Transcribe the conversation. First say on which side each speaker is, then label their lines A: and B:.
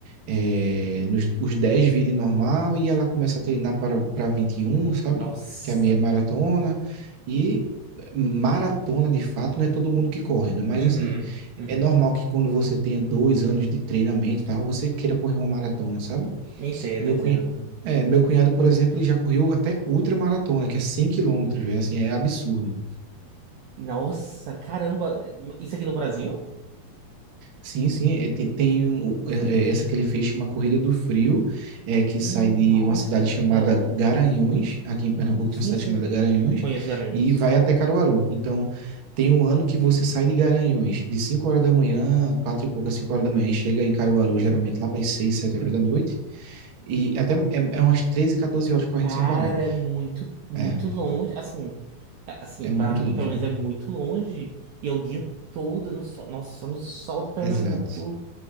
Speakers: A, on the right (about 65°); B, on the right (about 85°).
A: é, nos os 10 virem normal e ela começa a treinar para, para 21, sabe?
B: Nossa.
A: Que é a meia maratona. E maratona, de fato, não é todo mundo que corre, né? Mas
B: Uhum.
A: assim,
B: Uhum.
A: é normal que quando você tenha dois anos de treinamento, e tal, você queira correr uma maratona, sabe?
B: Entendo,
A: Meu
B: entendo.
A: cunhado, é, meu cunhado, por exemplo, ele já correu até ultramaratona, que é 100 quilômetros, velho, assim, é absurdo.
B: Nossa, caramba. Isso aqui no Brasil?
A: Sim, sim, é, te- tem, o- é, é, essa que ele fez, chama Corrida do Frio, é, que
B: Hum,
A: sai de
B: nossa.
A: uma cidade chamada Garanhuns, aqui em Pernambuco
B: Sim,
A: tem uma cidade
B: sim.
A: chamada Garanhuns,
B: Conheço Garanhuns.
A: e vai até Caruaru. Então, tem um ano que você sai de Garanhuns de 5 horas da manhã, 4 e pouca, 5 horas da manhã, e chega em Caruaru, geralmente lá para as 6, 7 horas da noite, e até é, é umas 13, 14 horas correndo
B: Cara,
A: sem parar.
B: é muito, muito
A: É,
B: longe. Assim, é- assim,
A: é muito
B: para mim,
A: longe,
B: pelo menos,
A: velho.
B: é muito longe. E é o dia todo no sol. Nossa, no sol de Pernambuco.
A: Exato,